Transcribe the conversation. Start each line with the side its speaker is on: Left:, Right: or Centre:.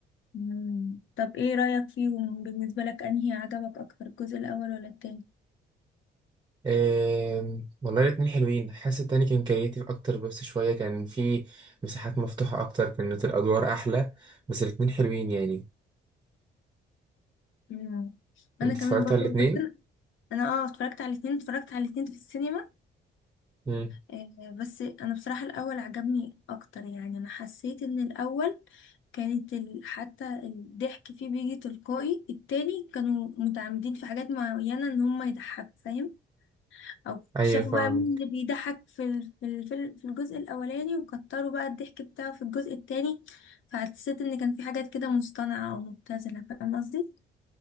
Left: مم. طب ايه رأيك فيهم بالنسبة لك انهي عجبك اكتر الجزء الاول ولا التاني؟
Right: آم، والله الاتنين حلوين حاسس التاني كان كرياتيف أكتر بس شوية كان فيه مساحات مفتوحة أكتر كانت الأدوار أحلى بس الاتنين حلوين يعني
Left: مم. انا
Right: أنت
Left: كمان
Right: اتفرجت
Left: برضو
Right: على الاتنين؟
Left: بس انا أنا اه اتفرجت على الاثنين اتفرجت على الاثنين في السينما
Right: مم.
Left: آه، بس انا بصراحة الاول عجبني اكتر يعني انا حسيت ان الاول كانت ال... حتى الضحك فيه بيجي تلقائي التاني كانوا متعمدين في حاجات معينة ان هم يضحكوا فاهم او
Right: أيوة
Left: شافوا
Right: فاهمك
Left: بقى مين اللي بيضحك في ال... في ال... في ال- في الجزء الاولاني وكتروا بقى الضحك بتاعه في الجزء التاني فحسيت ان كان في حاجات كده مصطنعة او مبتذلة فاهم قصدي